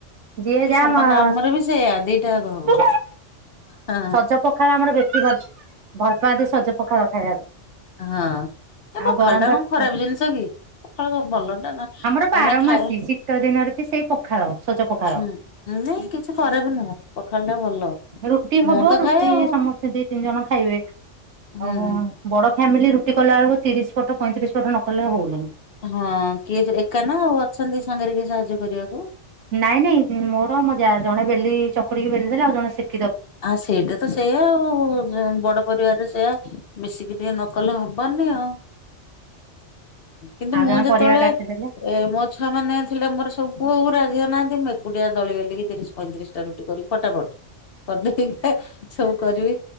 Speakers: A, on the right (about 75°); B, on the left (about 55°).
A: ଯିଏ
B: କି
A: ଯାମ୍
B: ସମାନ
A: ହଁ
B: ଆମର ବି ସେଇଆ ଦିଟା ଯାକ ହବ ହଁ
A: ସଜ। ପଖାଳ ଆମର ବେଶୀ କରିଛ ଭଲ ପାଆନ୍ତି ସଜ ପଖାଳ ଖାଇବାକୁ।
B: ହଁ ଏ
A: ଆଉ
B: ପଖାଳ
A: ଗରମ
B: ଟା
A: ଭାତ
B: କଣ ଖରାପ ଜିନିଷ କି ପଖାଳ ଭଲ ଟା ନା। କାହିଁକିନା
A: ଆମର ବାରମାସୀ
B: ଖାଇବା
A: ଶୀତ ଦିନରେ ବି ସେଇ ପଖାଳ ସଜ ପଖାଳ।
B: ହୁଁ। ନାଇଁ କିଛି ଖରାପ ବି ନୁହଁ। ପଖାଳ ଟା ଭଲ,
A: ରୁଟି ହବ
B: ମୁଁ ତ
A: ରୁଟି
B: ଖାଏ ଆଉ।
A: ସମସ୍ତେ ଦି ତିନି ଜଣ ଖାଇବେ
B: ହୁଁ।
A: ଆଉ ବଡ ଫ୍ୟାମିଲି ରୁଟି କଲା ବେଳକୁ ତିରିଶ ପଟ ପଇଁତିରିଶ ପଟ ନ କଲେ ହଉନାହିଁ।
B: ହଁ କିଏ ଯେ ଏକା ନା ଆଉ ଅଛନ୍ତି ସାଙ୍ଗରେ କିଏ ସାହାଯ୍ୟ କରିବାକୁ?
A: ନାଇଁ ନାଇଁ ମୋର ମୋ ଜା ଜଣେ ବେଲି ଚକୁଡିକି ବେଲି ଦେଲା ଆଉ ଜଣେ ସେ
B: ଆ ସେଇଟା ତ ସେଇଆ ଆଉ ଯା ବଡ ପରିବାରରେ ସେଇଆ। ମିଶିକି ଟିକେ ନକଲେ ହବନି ଆଉ। କିନ୍ତୁ
A: ଆଉ
B: ମୁଁ
A: ଜଣେ
B: ଯେତେବେଳେ
A: ପରିବା କାଟିଦେଲେ
B: ଏ ମୋ ଛୁଆ ମାନେ ଥିଲେ ମୋର ସବୁ ପୁଅ ଉରା ଝିଅ ନାହାନ୍ତି। ମୁଁ ଏକୁଟିଆ ଦଳି ବେଲିକି ତିରିଶ ପଇଁତିରିଶ ଟା ରୁଟି କରି ଫଟାଫଟ। <unintelligible> କି ହେ ସବୁ କରିବି।